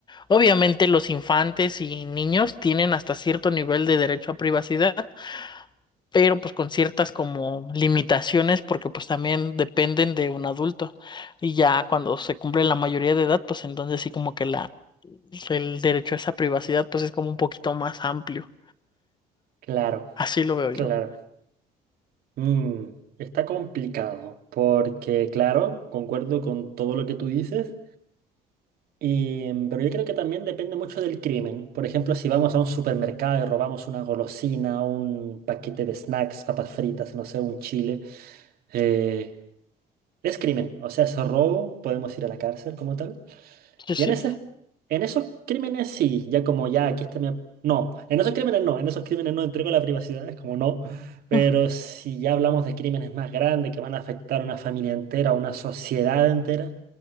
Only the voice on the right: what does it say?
Claro,
claro.
Mm, está complicado, porque claro, concuerdo con todo lo que tú dices, y, mm, pero yo creo que también depende mucho del crimen. Por ejemplo, si vamos a un supermercado y robamos una golosina, un paquete de snacks, papas fritas, no sé, un chile. eh, Es crimen, o sea, es robo, podemos ir a la cárcel como tal.
Y
en ese, en esos crímenes sí, ya como ya aquí está mi... ap- No, en esos crímenes no, en esos crímenes no entrego la privacidad, es como no. Pero
si ya hablamos de crímenes más grandes que van a afectar a una familia entera, a una sociedad entera,